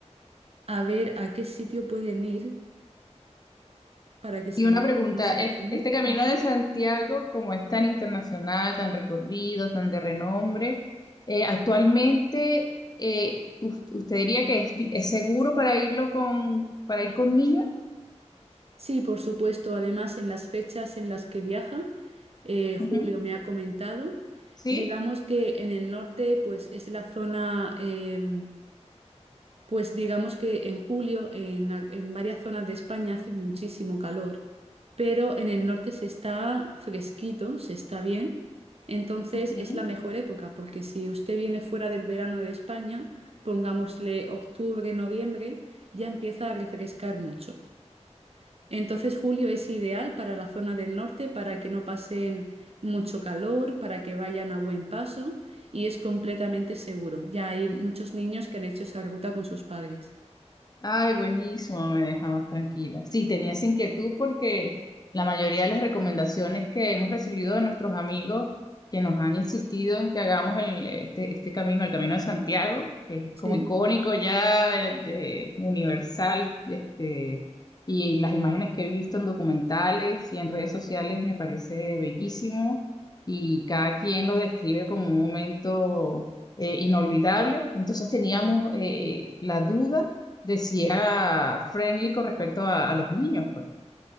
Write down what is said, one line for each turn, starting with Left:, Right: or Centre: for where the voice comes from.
Right: a ver a qué sitio pueden ir para que se
Left: Y una
Right: les
Left: pregunta,
Right: quede más ameno.
Left: es- este Camino
Right: Ujú.
Left: de Santiago, como es tan internacional, tan recorrido, tan de renombre, eh, actualmente, eh, us- ¿usted diría que es, vi- es seguro para irlo con, para ir con niños?
Right: Sí, por supuesto. Además, en las fechas en las que viaja, eh, Julio
Left: Ujú.
Right: me ha comentado,
Left: ¿Sí?
Right: digamos que en el norte, pues es la zona, eh, pues digamos que en julio, en, al- en varias zonas de España hace muchísimo calor, pero en el norte se está fresquito, se está bien. Entonces
Left: Ujú.
Right: es la mejor época, porque si usted viene fuera del verano de España, pongámosle octubre, noviembre, ya empieza a refrescar mucho. Entonces julio es ideal para la zona del norte para que no pasen mucho calor, para que vayan a buen paso y es completamente seguro. Ya hay muchos niños que han hecho esa ruta con sus padres.
Left: Ay, buenísimo, me deja más tranquila. Sí, tenía esa inquietud porque la mayoría de las recomendaciones que hemos recibido de nuestros amigos que nos han insistido en que hagamos el- este, este camino, el Camino de Santiago, que es
Right: Sí,
Left: como icónico ya, eh, de- universal, este, y las imágenes que he visto en documentales y en redes sociales me parece bellísimo y cada quien lo describe como un momento eh, inolvidable. Entonces teníamos eh, la duda de si era friendly con respecto a, a los niños, pues.